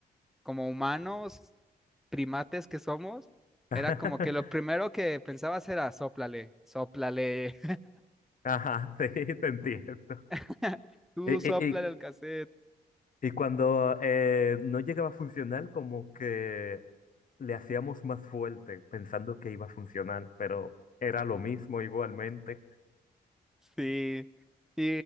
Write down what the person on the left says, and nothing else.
<laughs>
Ajá, sí, te entiendo.
¿Y,
Y cuando eh, no llegaba a funcionar, como que le hacíamos más fuerte, pensando que iba a funcionar, pero era lo mismo igualmente.